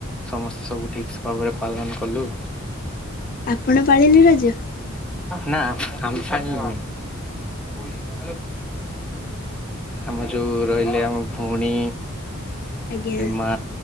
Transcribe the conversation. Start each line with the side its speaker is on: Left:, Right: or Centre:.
Centre: ସମସ୍ତେ ସବୁ ଠିକ ଭାବରେ ପାଳନ କଲୁ।
Left: ଆପଣ ପାଳିଲେ ରଜ?
Centre: ନା <unintelligible> ଆମ ଯୋଉ ରହିଲେ ଆମ ଭଉଣୀ
Left: ଆଜ୍ଞା
Centre: ମା